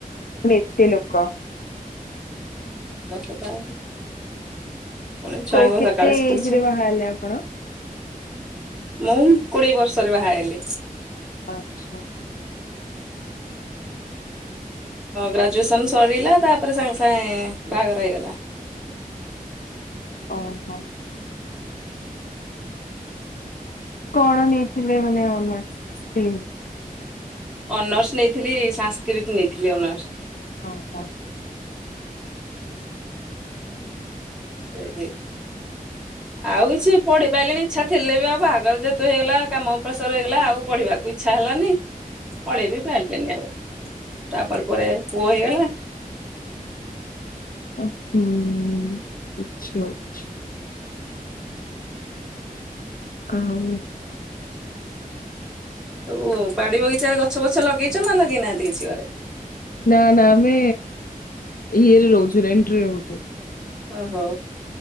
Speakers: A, on the left; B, in the centre.
A: ପଡୁଚି ଏତେ ଲୋକ।
B: କ <unintelligible> ମୁଁ କଇଲି ଛୁଆଙ୍କୁ
A: କୋଉ କେତେ
B: ସକାଳେ ସ୍କୁଲ
A: ଏଜ
B: ଛା
A: ରେ ବାହା ହେଲେ ଆପଣ?
B: ମୁଁ କୋଡିଏ ବର୍ଷରେ ବାହା ହେଲି।
A: ଆଚ୍ଛା।
B: ଗ୍ରାଜୁଏସନ ସରିଲା ତାପରେ ସାଙ୍ଗେ ସାଙ୍ଗେ ବାହାଘର ହେଇଗଲା।
A: ଅ, ହୋ। କଣ ନେଇଥିଲେ ଏମାନେ ଆମ ଘରକୁ ପ୍ସିନ୍।
B: ଅନର୍ସ ନେଇଥିଲି ସାଂସ୍କିଟ୍ ନେଇଥିଲି ଅନର୍ସ।
A: ହଉ ହଉ।
B: ଏଇଯେ
A: <inaudible>
B: ଆଉ କିଛି ପଢି ପାଇଲେନିଇଚ୍ଛା ଥିଲେ ବି ଆଉ ବାହାଘର ଯେହେତୁ ହେଇଗଲା କାମ ପ୍ରେସର ହେଇଗଲା ଆଉ ପଢିବାକୁ। ଇଛା ହେଲାନି ପଢେଇ ବି ପାରିଲେନି ଆଉ ତାପରେ ପରେ ପୁଅ ହେଇଗଲା।
A: ଅ ଉଁ ଉଁ ଉଁ କିଛି ଅଛି। କାଉ।
B: ସବୁ ବାଡି ବଗିଚାରେ ଗଛ ବଛ ଲଗେଇଚ଼ ନା ଲଗେଇନାହାନ୍ତି କିଛି ଘରେ?
A: ନା ନା ଆମେ ଇଏରେ ରହୁଚୁ ରେଣ୍ଟରେ ରହୁଚୁ।
B: ଓହୋ।